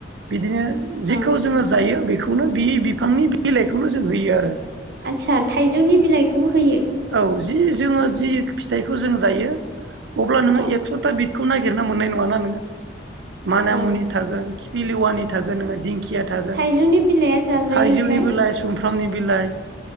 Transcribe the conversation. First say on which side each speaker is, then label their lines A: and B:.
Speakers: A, on the right; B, on the right.
A: बिदिनो
B: औ
A: जिखौ जोङो जायो बेखौ खौनो बि बिफांनि बिलाइखौनो जों होयो आरो।
B: आदसा थाइजौनि बिलाइखौबो होयो
A: औ जि जोङो जि फिथाइखौ जों जायो अब्ला नोङो
B: औ
A: एकस था बि खौ नायगिरना मोननाय नङा ना नोङो माना
B: औ
A: मुनि थागोन खि पिलिवानि थागोन नोङ दिंखि थागोन
B: थाइजौनि बिलाइआ जाजायो
A: थाइजौनि
B: ओमफ्राय
A: बिलाइ सुमफ्रामनि बिलाइ